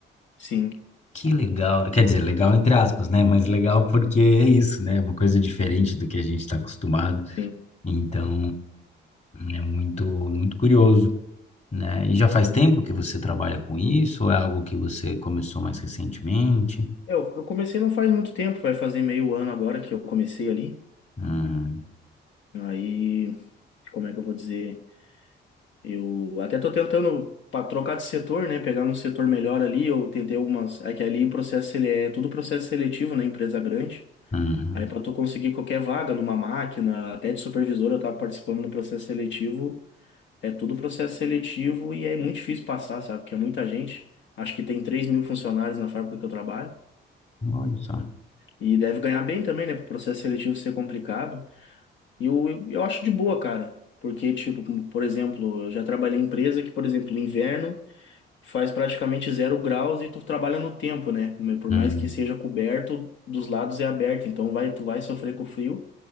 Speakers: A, on the left; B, on the left.
A: Sim,
B: Que legal. Quer dizer, legal entre aspas, né? Mas legal porque é isso, né? É Uma coisa diferente do que a gente está acostumado.
A: sim.
B: Então, é muito, muito curioso, né? E já faz tempo que você trabalha com isso? Ou é algo que você começou mais recentemente?
A: Eu, eu comecei não faz muito tempo, vai fazer meio ano agora que eu comecei ali.
B: Uhum,
A: Aí, como é que eu vou dizer? Eu até tô tentando para trocar de setor, né? Pegar um setor melhor ali. Eu tentei algumas. É que ali o processo ele é tudo processo seletivo, né? Empresa grande.
B: uhum.
A: Aí para tu conseguir qualquer vaga numa máquina, até de supervisor, eu tava participando do processo seletivo. É tudo processo seletivo e é muito difícil passar, sabe? Porque é muita gente. Acho que tem 3 mil funcionários na fábrica que eu trabalho.
B: Olha só.
A: E deve ganhar bem também, né? Pro processo seletivo ser complicado. E eu, eu acho de boa, cara. Porque, tipo, por exemplo, eu já trabalhei em empresa que, por exemplo, no inverno. faz praticamente zero graus e tu trabalha no tempo, né? Por
B: Uhum.
A: mais que seja coberto, dos lados é aberto, então vai, tu vai sofrer com frio